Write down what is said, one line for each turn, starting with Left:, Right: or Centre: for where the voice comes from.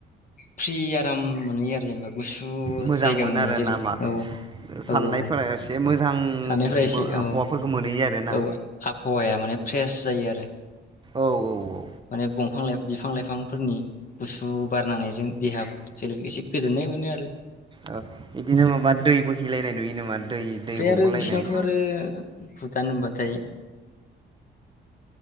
Left: फ्रि आराम मोनहैयो आरो जेनोबा गुसु
Right: मोजां
Left: जायगा मोनो
Right: आरोना
Left: जेरै
Right: मा
Left: औ
Right: साननायफोरा
Left: औ औ
Right: एसे मोजां
Left: सानिफ्राय एसे
Right: आबहावाफोरखौ
Left: औ
Right: मोनहैयो आरोना
Left: औ आबहावाया माने फ्रेस जायो आरो।
Right: औ औ औ।
Left: माने दंफां लाइ बिफां लाइफांफोरनि गुसु बारनांनायजों देहा सोलेर एसे गोजोननाय मोनो आरो।
Right: ओ बिदिनो माबा दै बोहैलायनाय नुयो नामा दै
Left: ओमफ्राय
Right: दै गबलायनाय?
Left: आरो बिसिनावथ' आरो भुटान होनबाथाय